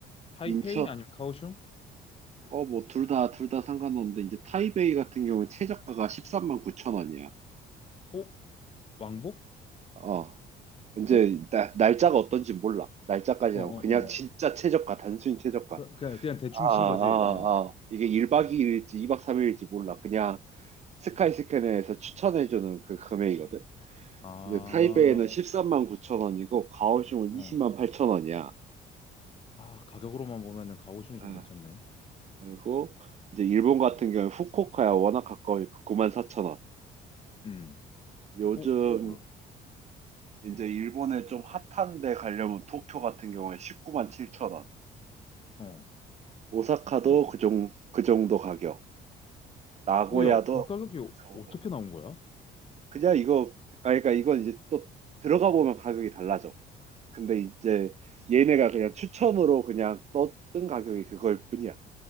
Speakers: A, on the left; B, on the right.
A: 타이페이
B: 인천
A: 아니면 카오슝?
B: 어 뭐 둘 다 둘 다 상관없는데 이제 타이베이 같은 경우는 최저가가 1 3 9 0 0 0 원이야.
A: 어? 왕복?
B: 어, 이제
A: 어?
B: 나- 날짜가 어떤지 몰라. 날짜까지
A: 어,
B: 하고
A: 어,
B: 그냥
A: 어.
B: 진짜 최저가 단순히 최저가.
A: 그- 그냥, 그냥 대충
B: 아,
A: 친
B: 아,
A: 거지, 어.
B: 아. 이게 1박 2일일지 2박 3일일지 몰라. 그냥 스카이스캐너에서 추천해주는 그 금액이거든.
A: 아,
B: 이제 타이베이는 13만 9천 원이고 가오슝은
A: 어.
B: 20만 8천 원이야.
A: 아, 가격으로만 보면은 가오슝이 좀
B: 아,
A: 괜찮네.
B: 그리고 이제 일본 같은 경우에 후쿠오카야 워낙 가까우니까 9만 4천 원.
A: 음.
B: 요즘
A: 어, 뭐야?
B: 이제 일본에 좀 핫한데 가려면 도쿄 같은 경우에 19만 7천 원.
A: 어.
B: 오사카도
A: 어,
B: 그 정, 그 정도 가격. 나고야도
A: 뭐야? 그 가격이 어-
B: 그 정도.
A: 어떻게 나온 거야?
B: 그냥 이거, 아, 그러니까 이건 이제 또 들어가 보면 가격이 달라져. 근데 이제 얘네가 그냥 추첨으로 그냥 떴던 가격이 그걸 뿐이야.